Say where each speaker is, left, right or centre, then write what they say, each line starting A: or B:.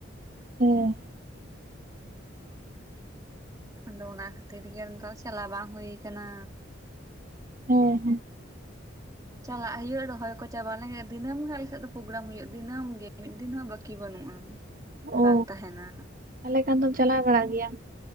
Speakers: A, on the right; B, on the right.
A: ᱦᱮᱸ᱾
B: ᱟᱫᱚ ᱚᱱᱟ ᱠᱷᱟᱹᱛᱤᱨ ᱜᱮᱸ ᱫᱚ ᱪᱟᱞᱟᱣ ᱵᱟᱝ ᱦᱩᱭ ᱠᱟᱱᱟ᱾
A: ᱦᱮᱸ ᱦᱮᱸ᱾
B: ᱪᱟᱞᱟᱜ ᱦᱩᱭᱩᱜ-ᱟ ᱨᱚᱦᱚᱭ ᱠᱚ ᱪᱟᱵᱟ ᱞᱮᱱ ᱜᱮ ᱫᱤᱱᱟᱹᱢ ᱜᱮ ᱦᱟᱸᱜ ᱟᱞᱮ ᱥᱮᱜ ᱫᱚ ᱯᱨᱳᱜᱨᱟᱢ ᱦᱩᱭᱩᱜ-ᱟ ᱫᱤᱱᱟᱹᱢ ᱜᱮ ᱢᱤᱫ ᱫᱤᱱ ᱦᱚᱸ ᱵᱟᱹᱠᱤ ᱵᱟᱹᱱᱩᱜ-ᱟ᱾ ᱵᱟᱝ
A: ᱚ
B: ᱛᱟᱦᱮᱱᱟ,
A: ᱛᱟᱦᱚᱞᱮ ᱠᱷᱟᱱ ᱫᱚᱢ ᱪᱟᱞᱟᱣ ᱵᱟᱲᱟᱜ ᱜᱮᱭᱟ